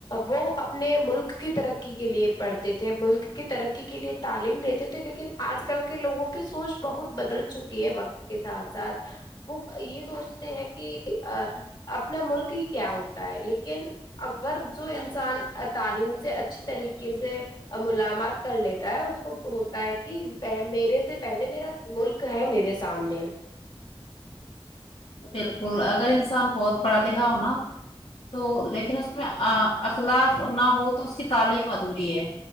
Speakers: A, on the left (about 50°); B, on the left (about 80°).
A: وہ اپنے ملک کی ترقی کے لیے پڑھتے تھے ملک کی ترقی کے لیے تعلیم لیتے تھے لیکن آج کل کے لوگوں کی سوچ بہت بدل چکی ہے وقت کے ساتھ ساتھ وہ یہ سوچتے ہیں کہ اپنا ملک ہی کیا ہوتا ہے لیکن اگر جو انسان تعلیم سے اچھی طریقے سے ملامات کر لیتا ہے اس کو ہوتا ہے کہ میرے سے پہلے میرا ملک ہے میرے سامنے
B: بالکل اگر انسان بہت پڑھا لکھا ہو نا تو لیکن اس میں اخلاق نہ ہو تو اس کی تعلیم ادھوری ہے